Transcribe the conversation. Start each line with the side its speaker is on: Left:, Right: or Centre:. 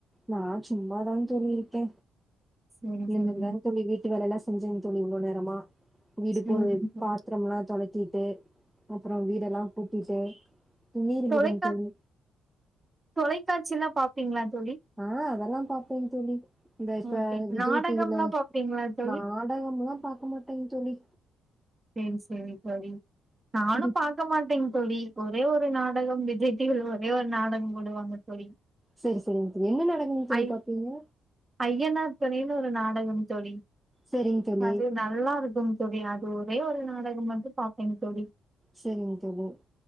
Centre: நா சும்மாதாங் தோழி இருக்கே.
Right: சரி சரிங்க
Centre: எங்கங்க தோழி வீட்டு வேல எல்லா செஞ்சே தோழி இவ்ளோ நேரமா வீடு
Right: சரிங்க
Centre: போ பாத்திரம்லா தொலக் கிட்டு அப்புறோ வீடெல்லா கூட்டிட்டு துணி இருந்ததுங்
Right: தொலைக்கா
Centre: தோழி
Right: தொலைக்காட்சி எல்லா பாப்பீங்களா தோழி
Centre: ஆ அதெல்லா பாப்பேங் தோழி. இந்த இப்ப
Right: ஓகே
Centre: விஜய்
Right: நாடகம்லா
Centre: டி வி ல
Right: பாப்பீங்களா தோழி
Centre: நாடகம்லா பாக்க மாட்டேங்க தோழி.
Right: சேரி சேரி தோழி நானு
Centre: இது
Right: பாக்க மாட்டேங் தோழி ஒரே ஒரு நாடகம் விஜய் டி வி ல ஒரே ஒரு நாடகம் போடுவாங்க தோழி.
Centre: செரி செரிங்க தோழி என்ன நாடகங் தோழி
Right: ஐ
Centre: பாப்பீங்க?
Right: ஐயனார் துணைன்னு ஒரு நாடகங் தோழி.
Centre: சரிங் தோழி
Right: அது நல்லா இருக்குங் தோழி அ து ஒரே ஒரு நாடகம் வந்து பாப்பேங் தோழி.
Centre: செரிங் தோழி